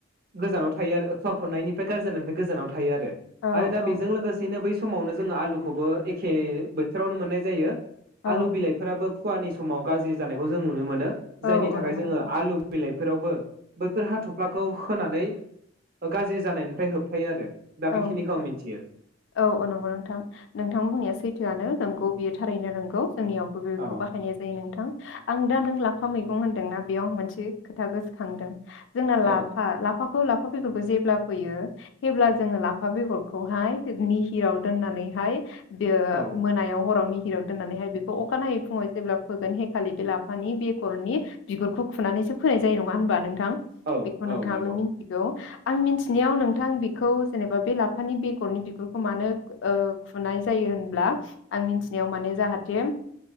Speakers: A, on the right (about 55°); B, on the left (about 70°).
A: गोजानाव थायो आरो खुवा खुनायनिफ्राय गाज्रि जानायनिफ्राय गोजानाव थायो आरो
B: औ
A: आरो दा
B: औ
A: बेजों लोगोसेनो बै समावनो जोङो आलुखौबो एखे बोथोरावनो मोननाय जायो
B: औ
A: आलु बिलाइफोराबो खुवानि समाव गाज्रि जानायखौ जों नुनो मोनो
B: औ
A: जायनि
B: औ
A: थाखाय
B: नंगौ
A: जोङो
B: नोंथां
A: आलु बिलाइ फोरावबो बैफोर हाथफ्लाखौ होनानै गाज्रि जानायनिफ्राय होबथायो आरो। दा
B: औ
A: बेखिनिखौ आं मिथियो
B: औ औ नंगौ नोंथां नोंथां बुंनाया सैथोआनो नोंगौ बियो थारैनो नोंगौ जोंनियावबो बेखौ
A: औ
B: बाहायनाय जायो नोंथां आं दा नों लाफा मैगं होन्दोंना बेयाव मोनसे खोथा गोसोखांदों जोंना
A: औ
B: लाफा ला फाखौ लाफा बेगरखौ जेब्ला फैयोे हेब्ला जोङो लाफा बेगर खौहाय नि निहिराव दोननानैहाय बेयो
A: औ
B: मोनायाव हराव नि निहिराव दोननानैहाय बेखौ अखानाय है फुङाव जेब्ला फोगोन हेखालि बे लाफानि बे बेगरनि बिगुरखौ खुनानैसो फोनाय जायो नङा होनबा नों थां
A: औ
B: बेखौ नोंथाङाबो
A: औ नंगौ
B: मिथिगौ आं मिथिनायाव नोंथां बेखौ जेनेबा बे लाफानि बेगरनि बिगुरखौ मानो ओ खुनाय जायो होनब्ला आं मिथिनायाव माने जाहाथे